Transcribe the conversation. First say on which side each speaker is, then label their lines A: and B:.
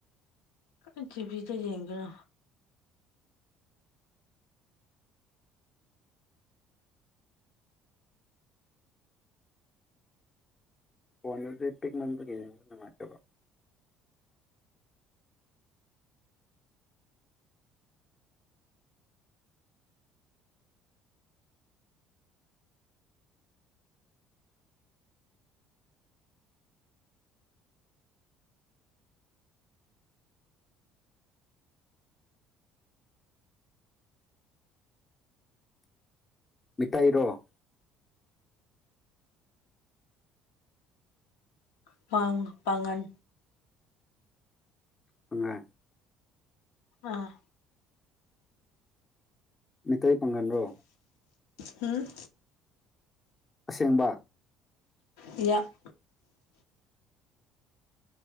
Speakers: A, on the left (about 80°); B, on the left (about 30°).
A: ꯀꯥꯏ ꯇꯤꯕꯤꯗ ꯌꯦꯡꯒꯦꯔꯥ
B: ꯐꯣꯟꯗꯗꯤ ꯄꯤꯛꯃꯟꯕꯒꯤ ꯌꯦꯡꯕ ꯅꯨꯡꯉꯥꯏꯇꯕ ꯃꯤꯇꯩꯔꯣ
A: ꯥꯄꯥꯡ ꯄꯥꯡꯉꯟ
B: <unintelligible>
A: ꯑꯥ
B: ꯃꯤꯇꯩ ꯄꯥꯡꯉꯟꯔꯣ
A: ꯍꯨꯝ
B: ꯑꯁꯦꯡꯕ
A: ꯌꯥ